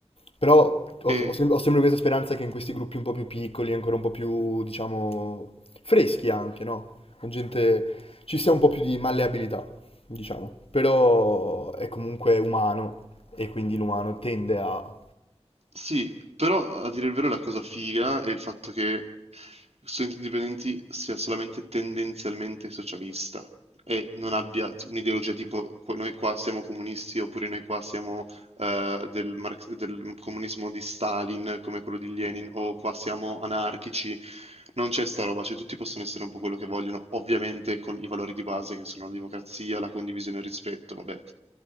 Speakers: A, on the left (about 60°); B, on the right (about 70°).
A: Però ho,
B: E,
A: ho sem- ho sempre questa speranza che in questi gruppi un po' più piccoli, ancora un po' più, diciamo, freschi anche, no? Con gente ci sia un po' più di malleabilità, diciamo. Però è comunque umano e quindi l'umano tende a...
B: sì, però a dire il vero la cosa figa è il fatto che Studenti Indipendenti sia solamente tendenzialmente socialista e non abbia un'ideologia tipo "Qua- noi qua siamo comunisti oppure noi qua siamo eh, del, marx- del comunismo di Stalin come quello di Lenin, o qua siamo anarchici, non c'è sta roba, cioè tutti possono essere un po' quello che vogliono, ovviamente con i valori di base che sono la democrazia, la condivisione e il rispetto, vabbè.